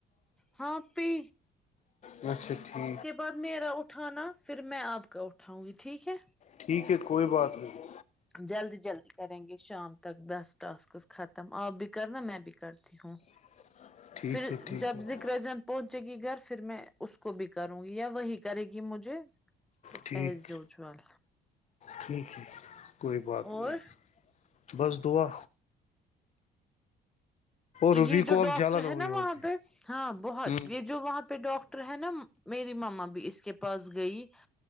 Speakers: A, in the centre; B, on the left (about 45°).
A: ہاں آپپی
B: وہ چھٹتی
A: بعد میرا اٹھانا پھر میں آپ کا اٹھاؤں گی ٹھیک ہے
B: ٹھیک ہے کوئی بات نہیں
A: جلدی جلدی کریں گے شام تک دس ٹاسکس ختم آپ بھی کرنا میں بھی کرتا جی ہاں
B: <unintelligible>
A: پھر
B: ٹھیک
A: جب
B: ہے
A: ذکر جن پہنچے گی گھر پھر میں اس کو بھی کروں گی یا وہی کرے گی مجھے تو
B: ٹھیک
A: پہس جوؤ جول
B: ٹھیک ہے کوئی بات
A: اور
B: نہیں بس دعا روبی
A: یہ جو
B: کو اب
A: ڈاکاکٹر
B: جلن
A: ہے
B: ہوئی
A: نا
B: ہوگی
A: وہاں پہ ہاں بہت
B: ہ
A: یہ جو وہاں پہ ڈاکٹر ڈٹر ہے نا میری ماما بھی اس کے پاس گئی